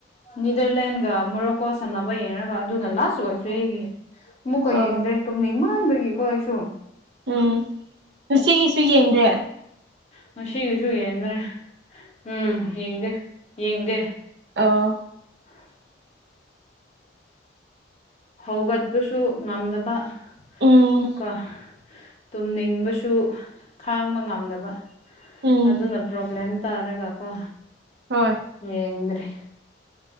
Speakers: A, on the left (about 35°); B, on the right (about 60°).
A: ꯅꯤꯗꯔꯂꯦꯟꯒ ꯃꯣꯔꯣꯀꯣ ꯁꯥꯟꯅꯕ ꯌꯦꯡꯉꯒ ꯑꯗꯨꯅ ꯂꯥꯁꯁꯨ ꯑꯣꯏꯁꯨ ꯑꯩꯒꯤ ꯃꯨꯛꯀ
B: ꯑꯣ
A: ꯌꯦꯡꯗ꯭ꯔꯦ ꯇꯨꯝꯅꯤꯡ ꯃꯥꯟꯕꯒꯤꯀꯣ ꯑꯩꯁꯨ
B: ꯎꯝ ꯁꯤꯒꯤꯁꯨ ꯌꯦꯡꯗꯦ
A: ꯉꯁꯤꯒꯤꯁꯨ ꯌꯦꯡꯗꯔꯦ ꯎꯝ ꯌꯦꯡꯗꯦ ꯌꯦꯡꯗꯦ
B: ꯑ
A: <unintelligible> ꯍꯧꯒꯠꯄꯁꯨ ꯉꯝꯗꯕ
B: ꯎꯝ
A: ꯑꯃꯨꯛꯀ ꯇꯨꯝꯅꯤꯡꯕꯁꯨ ꯈꯥꯡꯕ ꯉꯝꯗꯕ
B: ꯎꯝ
A: ꯑꯗꯨꯅ ꯄ꯭ꯔꯣꯕ꯭ꯂꯦꯝ ꯇꯥꯔꯒ ꯀꯣ
B: ꯍꯣꯏ
A: ꯍꯔꯤ